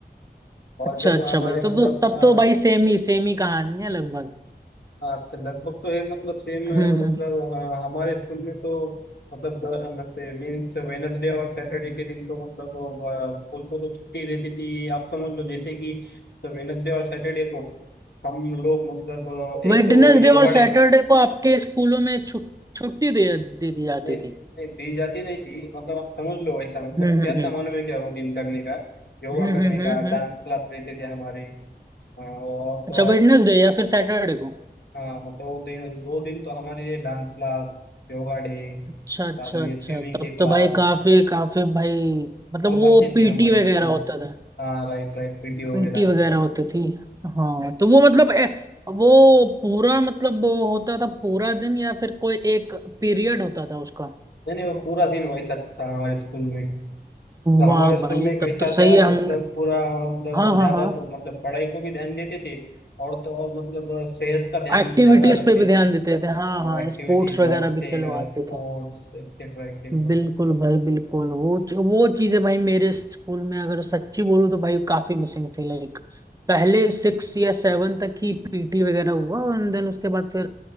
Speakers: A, on the left; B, on the right.
A: और
B: अच्छा
A: जब
B: अच्छा
A: हमारे
B: भाई तब
A: मतलब
B: तो तब
A: हाँ,
B: तो भाई सेम ही सेम ही कहानी है लगभग
A: हाँ से लगभग तो है मतलब सेम
B: हम्म
A: मतलब
B: हम्म
A: हाँ, हमारे स्कूल में तो मतलब द- मतलब मीन्स वेनसडे और सैटरडे के दिन तो मतलब वो, आ, स्कूल को तो छुट्टी रहती थी आप समझ लो जैसे कि मतलब वेनसडे और सैटरडे को हम लोग मतलब अ, एक
B: वेडनेसडे
A: तो योगा
B: और सैटरडे
A: डे
B: को आपके स्कूलों में छु, छुट्टी दे दे दी जाती
A: नहीं
B: थी
A: नहीं, दी जाती नहीं थी मतलब आप समझ लो वैसा मतलब
B: हम्म
A: क्या
B: हम्म हम्म
A: था मालूम है क्या वो दिन करने का योगा
B: हम्म
A: करने
B: हम्म
A: का
B: हम्म, हम्म।
A: डांस क्लास रहते थे हमारे अ, और
B: अच्छा
A: तो
B: वेडनेसडे या फिर सैटरडे को
A: हाँ मतलब वो दिन दो दिन तो हमारे लिए डांस क्लास योगा डे
B: अच्छा अच्छा
A: बाद में
B: अच्छा
A: स्विमिंग
B: तब
A: के क्लास
B: तो भाई काफी काफी भाई मतलब
A: बहुत
B: वो
A: अच्छे
B: पीटी
A: थे हमारे
B: वगैरह
A: स्कूल
B: होता था
A: हाँ राइट राइट पीटी वगैरह
B: पीटी वगैरह होती थी हाँ तो वो मतलब ए, वो पूरा मतलब वो होता था पूरा दिन या फिर कोई एक पीरियड होता था उसका
A: नहीं नहीं वो पूरा दिन वैसा था हमारे स्कूल में तो हमारे
B: वाह
A: स्कूल
B: भाई
A: में कैसा
B: तब तो सही
A: था
B: है हम
A: मतलब पूरा मतलब
B: हाँ हाँ
A: ज्यादा
B: हाँ
A: तो मतलब पढ़ाई को भी ध्यान देते थे और तो और मतलब सेहत का ध्यान
B: एक्टिविटीज
A: ज्यादा रखते
B: पे भी ध्यान
A: थे
B: देते थे हाँ हाँ
A: एक्टिविटीज
B: स्पोर्ट्स वगैरह
A: और सेहत
B: भी खिलवाते
A: स्पोर्ट्स
B: थे
A: एक्सेट्रा एक्सेट्रा
B: बिल्कुल भाई बिल्कुल वो च- वो चीजें भाई मेरे स्कूल में अगर सच्ची बोलूँ तो भाई काफी मिसिंग थी लाइक पहले सिक्स या सेवन तक ही पीटी वगैरह हुआ एंड देन उसके बाद फिर